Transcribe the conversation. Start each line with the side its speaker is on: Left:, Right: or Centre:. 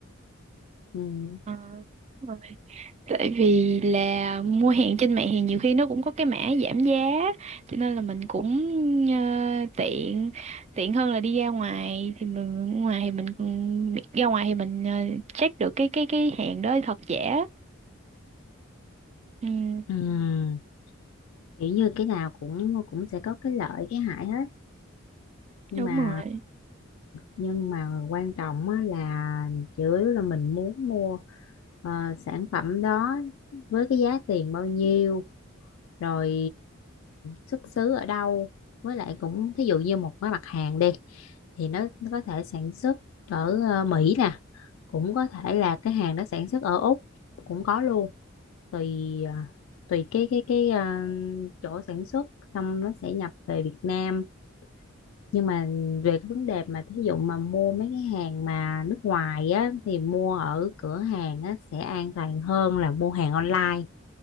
Left: ừ,
Right: Ờ, đúng rồi. tại vì là mua hàng trên mạng thì nhiều khi nó cũng có cái mã giảm giá cho nên là mình cũng ờ, tiện tiện hơn là đi ra ngoài thì mình ngoài thì mình ra ngoài thì mình ờ, check được cái cái cái hàng đó thật giả ừ
Left: Ừ. kiểu như cái nào cũng cũng sẽ có cái lợi cái hại hết nhưng
Right: đúng
Left: mà
Right: rồi
Left: nhưng mà quan trọng á là chủ yếu là mình muốn mua ờ, sản phẩm đó với cái giá tiền bao nhiêu rồi xuất xứ ở đâu với lại cũng thí dụ như một cái mặt hàng đi thì nó, nó có thể sản xuất ở ờ, Mỹ nè cũng có thể là cái hàng đó sản xuất ở Úc cũng có luôn tùy ờ, tùy cái cái cái ờ, chỗ sản xuất xong nó sẽ nhập về Việt Nam nhưng mà về cái vấn đề mà thí dụ mà mua mấy cái hàng mà nước ngoài á thì mua ở cửa hàng á sẽ an toàn hơn là mua hàng online